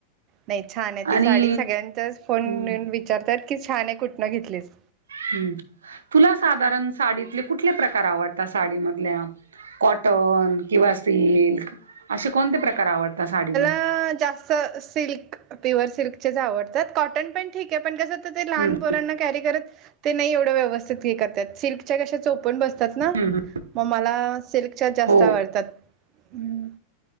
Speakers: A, on the right; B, on the right.
A: नाही छान आहे
B: आणि
A: ती साडी सगळ्यांच्याच फोनन..
B: हम्म
A: विचारतात की, छान हे कुठनं घेतलीस.
B: हम् तुला साधारण साडीतले कुठले प्रकार आवडतात. साडी मधल्या कॉटन किंवा सिल्क असे कोणते प्रकार आवडता साडीमधे
A: अ.... जास्त सिल्क प्युअर सिल्कचेच आवडतात. कॉटन पण ठीक हे पण कस त ते लहान
B: हम्म
A: पोरांना कॅरी करत ते नाही एवढं व्यवस्थित हे करतात. सिल्कच्या कशा चोपूण बसतात ना,
B: हम्म
A: मग मला सिल्कच्या जास्त
B: हो
A: आवडतात. हम